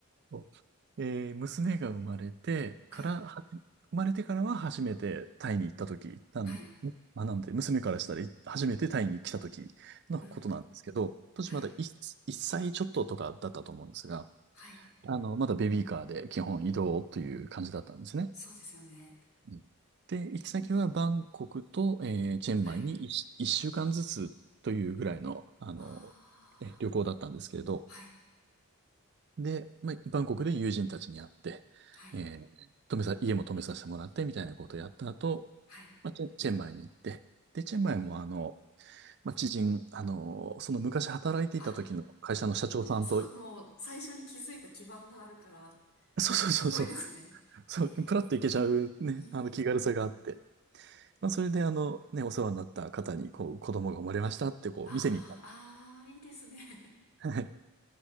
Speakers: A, on the right (about 50°); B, on the left (about 75°).
A: そうえー娘が生まれてから、
B: はい。
A: は生まれてからは初めてタイに行った時、なん
B: はい。
A: まあ、なんで、娘からしたら初めてタイに来た時のことなんですけど、
B: うん
A: 当時まだ
B: はい。
A: 1, 一歳ちょっととかだったと思うんですが、
B: はい。
A: あの、まだベビーカーで基本移動という感じだったんですね。
B: そうですよね。
A: うんで、行き先はバンコクと、えーチェンマイに一週間ずつというぐらいの、
B: はい。
A: あの、
B: ああ、
A: え旅行だったんですけれど、
B: はい。
A: で、まあ、バンコクで友人たちに会って、
B: はい。
A: えー泊めさ、家も泊めさせてもらってみたいなことをやった後、
B: はい。
A: まあ、チェチェンマイに行って、で、チェンマイもあの、まあ、知人、あの、その昔働いていた時の会社の社長さんと、
B: あ、そう、もう最初に気づいた基盤があるから、
A: そうそうそうそう、
B: すごいですね。
A: そう、
B: へえ。
A: プラッと行けちゃうね、
B: うーん。
A: あの気軽さがあって、まあ、それで、あの、ね、お世話になった方に、こう、子供が生まれましたって、こう、
B: ああ、
A: 店に行っ
B: ああ、いいですね。
A: た。はい。